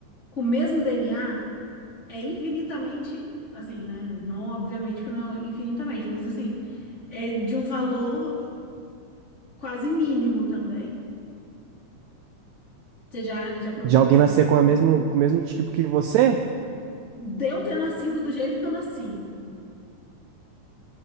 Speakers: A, on the left; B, on the right.
A: com o mesmo DNA, é infinitamente, assim, né? Não, obviamente que não infinitamente, mas assim, é de um valor quase mínimo também. Você já, já procurou
B: De alguém
A: saber?
B: nascer com a mesmo, com o mesmo tipo que você?
A: De eu ter nascido do jeito que eu nasci.